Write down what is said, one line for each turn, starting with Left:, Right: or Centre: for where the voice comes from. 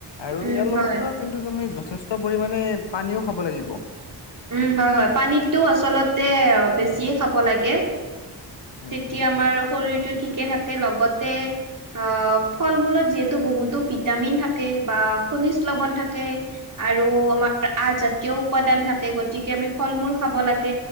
Left: আৰু
Right: উম
Left: ইয়াৰ
Right: হয়
Left: লগতে কিন্তু তুমি যথেষ্ট পৰিমামানে পানীও খাব লাগিব
Right: উম হয় হয় পানীতটো আচলতে বেছিয়ে খাব লাগে
Left: উম,
Right: তেতিয়া
Left: উম।
Right: আমাৰ শৰীৰটো ঠিকে থাকে লগতে অ, ফল মূলত যিহেতু বহুতো ভিটামিন থাকে বা খনিজ লবন থাকে। আৰু আমাৰ আজাতীয় উপাদান থাক গতিকে আমি ফল মূল খাব লাগে